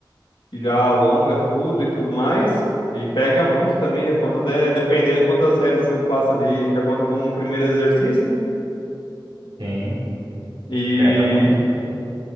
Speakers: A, on the left (about 80°); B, on the right (about 85°).
A: que já alonga tudo e tudo mais. E pega muito também, já conta até, dependendo quantas séries eu passo ali, já conta como um primeiro exercício, né?
B: Sim,
A: E
B: pega muito.